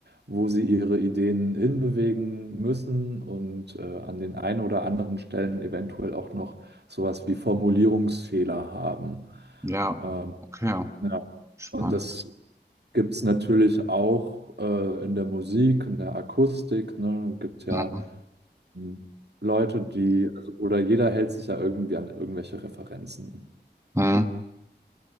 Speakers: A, on the right (about 65°); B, on the right (about 15°).
A: wo sie ihre Ideen hinbewegen müssen und äh, an den einen oder anderen Stellen eventuell auch noch sowas wie Formulierungsfehler haben.
B: Ja,
A: Ähm,
B: okay,
A: ja.
B: spannend.
A: Und das gibt es natürlich auch äh, in der Musik, in der Akustik, ne, gibt ja
B: Hm,
A: hm, Leute, die, also, oder jeder hält sich ja irgendwie an irgendwelche Referenzen.
B: hm.